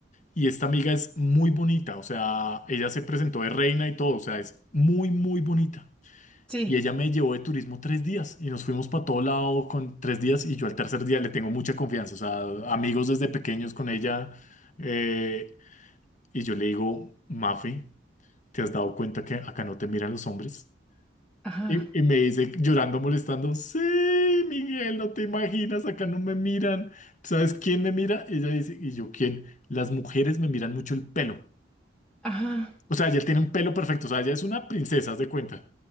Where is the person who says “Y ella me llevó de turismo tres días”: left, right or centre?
Left